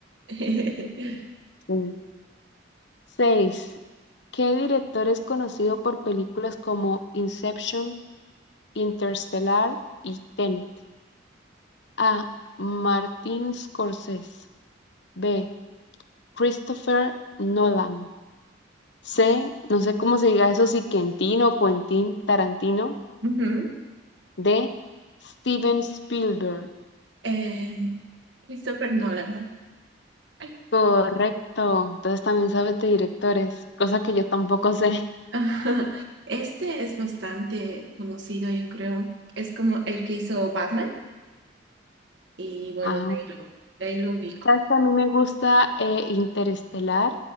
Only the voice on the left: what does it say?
Sí. Seis. ¿Qué director es conocido por películas como Inception, Interstellar y Tenet? A. Martin Scorsese. B. Christopher Nolan. C. No sé cómo se diga eso, si Quentin o Quentin Tarantino.
D. Steven Spielberg.
Correcto. Entonces también sabes de directores, cosa que yo tampoco sé.
Ah,
sabes que a mí me gusta eh, Interestelar,